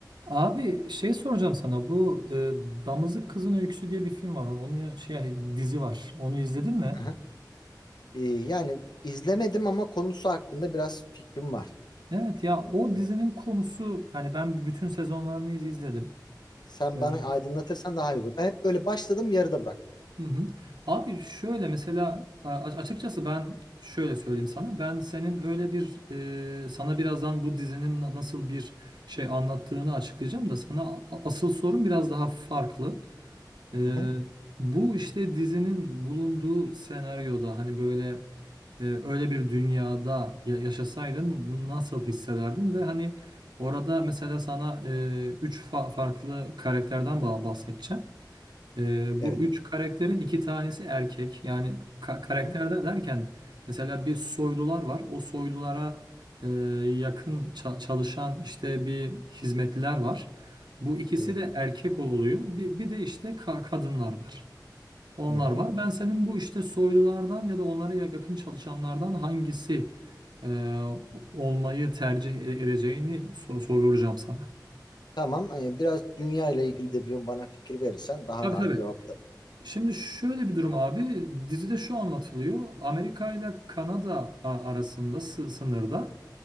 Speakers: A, on the right (about 75°); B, on the left (about 70°).
A: Abi şey soracağım sana bu e, Damızlık Kızın Öyküsü diye bir film var. Onun şey dizi var. Onu izledin mi?
B: Aha. Ee, yani izlemedim ama konusu hakkında biraz fikrim var.
A: Evet ya o
B: Ee,
A: dizinin konusu yani ben bütün sezonlarını iz- izledim.
B: sen
A: Ee,
B: bana aydınlatırsan daha iyi olur. Ben hep böyle başladım yarıda bıraktım.
A: Hı hı. Abi şöyle mesela a- açıkçası ben şöyle söyleyeyim sana. Ben senin öyle bir e, sana birazdan bu dizinin na- nasıl bir şey anlattığını açıklayacağım da sana a- asıl sorun biraz daha farklı. Ee,
B: Hı hı.
A: bu işte dizinin bulunduğu senaryoda hani böyle Ee, öyle bir dünyada ya- yaşasaydın
B: Aha.
A: nasıl hissederdin ve hani orada mesela sana e, üç fa- farklı karakterden ba- bahsedeceğim. Ee,
B: Evet.
A: bu üç karakterin iki tanesi erkek. Yani ka karakter
B: Aha.
A: de derken mesela bir soylular var. O soylulara e, yakın ça- çalışan işte bir hizmetliler var. Bu ikisi
B: Evet.
A: de erkek oluyor. Bir, bir de işte ka- kadınlar var. Onlar
B: Hı hı.
A: var. Ben senin bu işte soylulardan ya da onlara yakın çalışanlardan hangisi e, olmayı tercih e- edeceğini sor- soracağım sana.
B: Tamam. ee, biraz dünya ile ilgili de bir bana fikir verirsen daha
A: Tabii
B: rahat
A: tabii.
B: cevaplarım.
A: Şimdi şöyle bir durum abi. Dizide şu anlatılıyor. Amerika ile Kanada a- arasında sı- sınırda